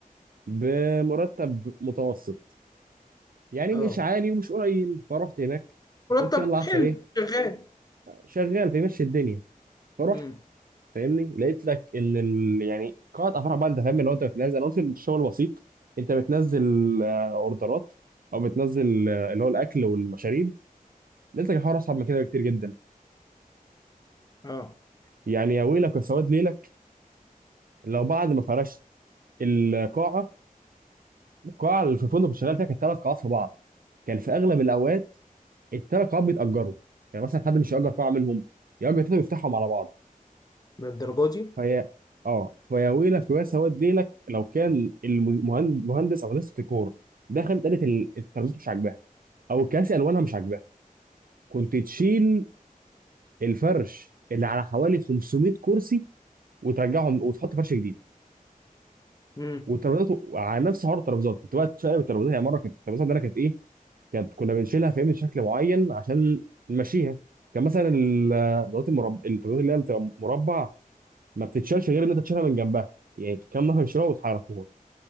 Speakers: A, on the right; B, on the left.
A: بمرتب متوسط يعني
B: اه
A: مش عالي ومش قليل فرحت هناك
B: مرتب
A: قلت يلا احسن
B: حلو
A: ايه
B: شغال
A: شغال فيمشي الدنيا فرحت
B: مم.
A: فاهمني لقيت لك ان ال... يعني قاعه افراح بقى انت فاهم اللي هو انت بتنزل انا قلت الشغل بسيط انت بتنزل آه، اوردرات او بتنزل آه، اللي هو الاكل والمشاريب لقيت لك الحوار اصعب من كده بكتير جدا
B: اه
A: يعني يا ويلك يا سواد ليلك لو بعد ما فرشت القاعه القاعه اللي في الفندق اللي شغال فيها كانت ثلاث قاعات في بعض كان في اغلب الاوقات الثلاث قاعات بيتاجروا يعني مثلا حد مش ياجر قاعه منهم ياجر تلاته ويفتحهم على بعض
B: للدرجه دي
A: فهي اه فيا ويلك ويا سواد ليلك لو كان المهندس او هندسه الديكور دخلت قالت ال- الترابيزات مش عاجباها او الكراسي الوانها مش عاجباها كنت تشيل الفرش اللي على حوالي 500 كرسي وترجعهم وتحط فرش جديد
B: مم.
A: والترابيزات على نفس حوار الترابيزات كنت بقى تشقلب الترابيزات يعني مره كانت الترابيزات عندنا كانت ايه كانت كنا بنشيلها فاهمني بشكل معين عشان نمشيها كان مثلا ال- الترابيزات المربع الترابيزات اللي هي بتبقى مربع ما بتتشالش غير ان انت تشيلها من جنبها يعني كام نفر يشيلوها وتحركوها